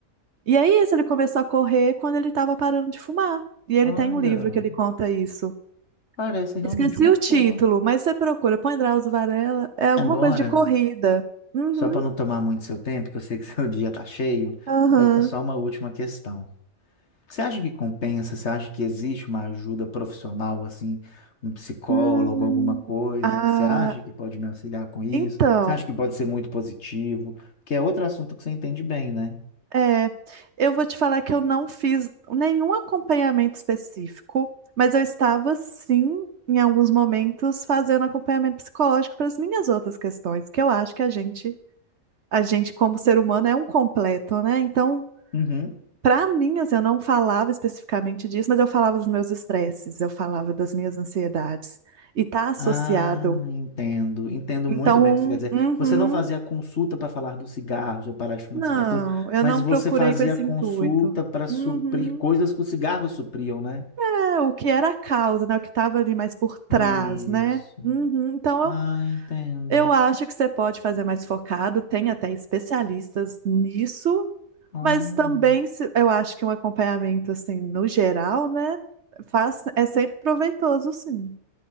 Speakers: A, on the right; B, on the left.
A: e é isso, ele começou a correr quando ele estava parando de fumar. E ele
B: Olha,
A: tem um livro que ele conta isso.
B: parece realmente
A: Esqueci
B: uma
A: o título,
B: boa.
A: mas você procura, põe Drauzio Varela, é alguma
B: Agora,
A: coisa de corrida. Uhum,
B: só para não tomar muito seu tempo, que eu sei que <laughs> seu dia tá cheio,
A: aham.
B: é é só uma última questão. Você acha que compensa? Você acha que existe uma ajuda profissional, assim, um psicólogo,
A: Hum,
B: alguma coisa
A: ah,
B: que você acha que pode me auxiliar com isso?
A: então.
B: Você acha que pode ser muito positivo? Que é outro assunto que você entende bem, né?
A: É, eu vou te falar que eu não fiz nenhum acompanhamento específico, mas eu estava sim, em alguns momentos, fazendo acompanhamento psicológico para as minhas outras questões, que eu acho que a gente, a gente como ser humano é um completo, né? Então,
B: Uhum.
A: para mim, assim, eu não falava especificamente disso, mas eu falava dos meus estresses, eu falava das minhas ansiedades, e tá associado.
B: Ah, entendo. Entendo
A: Então,
B: muito bem o que você quer dizer.
A: uhum,
B: Você não fazia consulta para falar dos cigarros ou parar de fumar
A: não,
B: cigarro, tudo,
A: eu
B: mas
A: não
B: você
A: procurei
B: fazia
A: com esse
B: consulta
A: intuito.
B: para suprir
A: Uhum.
B: coisas que os cigarros supriam, né?
A: É, o que era a causa, né? O que estava ali mais por trás,
B: Isso.
A: né? Uhum. Então,
B: Ah,
A: eu,
B: entendo.
A: eu acho que você pode fazer mais focado, tem até especialistas nisso,
B: Oh.
A: mas também se- eu acho que um acompanhamento, assim, no geral, né? Faz, é sempre proveitoso, sim.